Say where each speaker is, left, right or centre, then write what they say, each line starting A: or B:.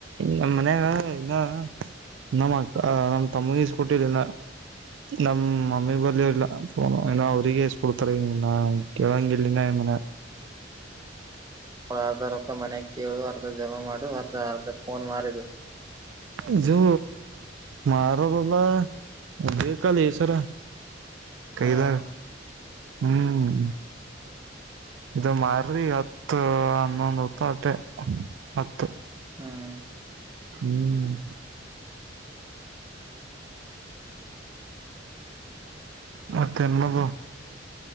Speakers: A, on the right; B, on the right.
A: ನಮ್ಮ್ ಮನ್ಯಾಗ ಇನ್ನ ನಮ್ಮ ನಮ ತಮ್ಮಗೀಸ್ ಕೊಟ್ಟಿಲಿಲ್ಲ ನಮ ಮಮ್ಮಿ ಬರ್ ಇಲ್ಲ ಇನ ಅವ್ರಿಗೆ ಎಸ್ಕೊಡ್ತಾರೆ ನ ಕೇಳಂಗ ಇಲ್ಲಿನ ಮನೆ
B: ಅವಳ ಅರ್ಧ ರೊಕ್ಕ ಮನ್ಯಾಗ ಕೇಳು ಅರ್ಧ ಜಮಾ ಮಾಡು ಅರ್ಧ ಅರ್ಧ ಫೋನ್ ಮಾರಿದು
A: ಇದು ಮಾರದಲ್ಲ ಅದೇ ಕಲಸರ ಕೈದ
B: ಹ್ಮ್
A: ಹ್ಮ್ ಇದು ಮರಿ ಹತ್ತು ಹನ್ನೊಂದು ಹೊತ್ತಟೆ ಹತ್ತು
B: ಹ್ಮ್
A: ಹ್ಮ್ ಮತ್ತೆಲ್ಲದು